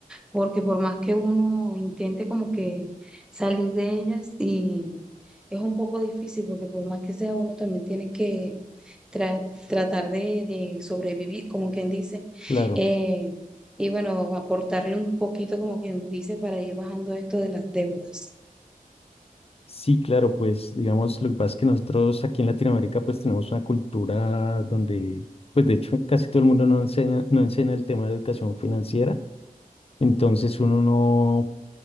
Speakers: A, in the centre; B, on the left.
A: porque por más que uno intente como que salir de ellas y es un poco difícil, porque por más que sea uno también tiene que tra- tratar de, de sobrevivir, como quien dice,
B: claro.
A: eh, y bueno, aportarle un poquito, como quien dice, para ir bajando esto de las deudas.
B: Sí, claro, pues digamos, lo que pasa es que nosotros aquí en Latinoamérica pues tenemos una cultura donde, pues de hecho casi todo el mundo no enseña, no enseña el tema de educación financiera, entonces uno no,